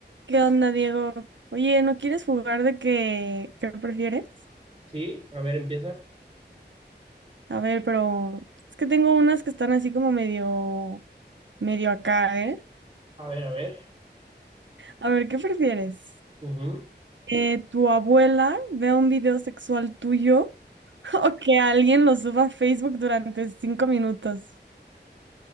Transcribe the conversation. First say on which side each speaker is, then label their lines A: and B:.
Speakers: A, on the right; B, on the right.
A: ¿Qué onda, Diego? Oye, ¿no quieres jugar de qué qué prefieres?
B: Sí, a ver, empieza.
A: A ver, pero es que tengo unas que están así como medio, medio acá, ¿eh?
B: A ver, a ver.
A: A ver, ¿qué prefieres?
B: Ujú.
A: Eh, ¿tu abuela vea un video sexual tuyo <laughs> o que alguien lo suba a Facebook durante cinco minutos?